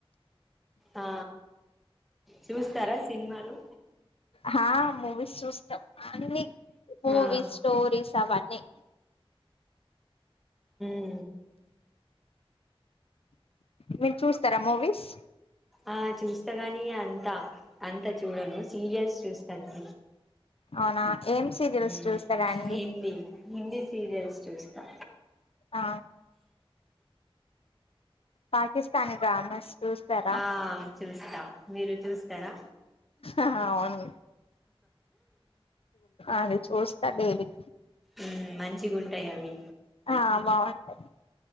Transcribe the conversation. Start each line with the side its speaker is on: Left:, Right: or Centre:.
Centre: ఆ చూస్తారా సినిమాలు
Left: హా మూవీస్ చూస్తాం అన్ని మూవీస్
Centre: ఆ
Left: స్టోరీస్ అవన్ని
Centre: మ్
Left: మీరు చూస్తారా మూవీస్
Centre: ఆ చూస్తా గానీ అంత అంత చూడను సీరియల్స్ చూస్తాను
Left: అవునా ఏం సీరియల్స్
Centre: ఊ
Left: చూస్తారా అండి
Centre: హిందీ హిందీ సీరియల్స్ చూస్తా
Left: ఆ పాకిస్తానీ డ్రామాస్ చూస్తారా
Centre: ఆ చూస్తా మీరు చూస్తారా
Left: అవును అది చూస్తా డైలీ
Centre: ఊ మంచిగుంటయి అవి
Left: ఆ బాగుంటది